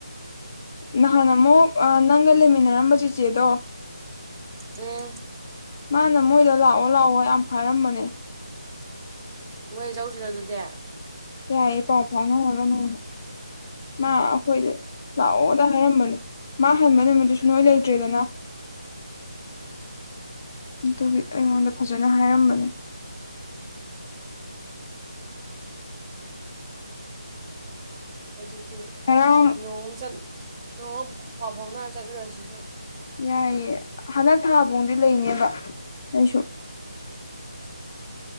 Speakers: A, on the left; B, on the right.
A: ꯅꯍꯥꯟ ꯑꯃꯨꯛ ꯅꯪꯒ ꯂꯩꯃꯤꯟꯅꯔꯝꯕ ꯆꯤꯆꯦꯗꯣ
B: ꯎꯝ
A: ꯃꯥꯅ ꯃꯣꯏꯗ ꯂꯥꯛꯑꯣ ꯂꯥꯛꯑꯣ ꯌꯥꯝ ꯍꯥꯏꯔꯝꯕꯅꯦ
B: ꯃꯣꯏ ꯆꯧꯁꯤꯔ ꯑꯗꯨꯗꯤ
A: ꯍ ꯄꯥꯎ ꯐꯥꯎꯅ ꯍꯂꯣ ꯅ ꯃꯥ ꯑꯩꯈꯣꯏꯗ ꯂꯥꯛꯑꯣꯗ ꯍꯥꯏꯔꯝꯕꯅꯤ ꯃꯥ ꯍꯟꯕ ꯅꯨꯃꯤꯠ ꯑꯗꯨꯁꯅꯣ ꯆꯜꯇꯔꯤꯗꯅ ꯑꯗꯨꯒꯤ ꯑꯩꯉꯣꯟꯗ ꯐꯖꯅ ꯍꯥꯏꯔꯝꯕꯅꯦ
B: ꯑꯗꯨꯗꯤ
A: ꯉꯔꯥꯡ
B: ꯅꯣꯡ ꯆ ꯅꯣꯡꯃ ꯄꯥꯎ ꯐꯥꯎꯅꯔ ꯆꯠꯂꯨꯔꯁꯤꯅꯦ
A: ꯌꯥꯏꯑꯦ ꯍꯟꯗꯛ ꯊꯥꯕꯧꯗꯤ ꯂꯩꯅꯦꯕ ꯑꯩꯁꯨ